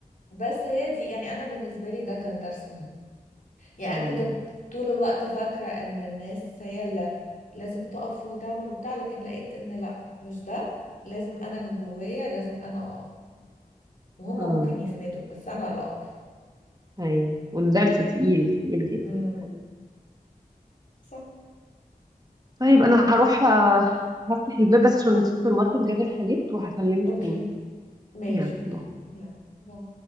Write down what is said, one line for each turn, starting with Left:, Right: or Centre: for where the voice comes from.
Left: بس هي دي يعني انا بالنسبة لي ده كان درس مهم يعني
Right: امم
Left: انا كنت طول الوقت فاكرة ان الناس هي اللي لازم تقف وتعمل وبتاع لكن لقيت ان لا مش ده لازم انا من جوايا لازم انا اقف وهم
Right: امم
Left: ممكن يسندوا بس انا اللي اقف
Right: ايوه والدرس تقيل تقيل جدا
Left: امم
Right: حقيقي.
Left: صح
Right: طيب انا هروح آه، هفتح الباب بس عشان السوبر ماركت جاب الحاجات وهكلمك
Left: اوكي
Right: تاني
Left: ماشي
Right: يلا
Left: اوكي
Right: باي
Left: يلا باي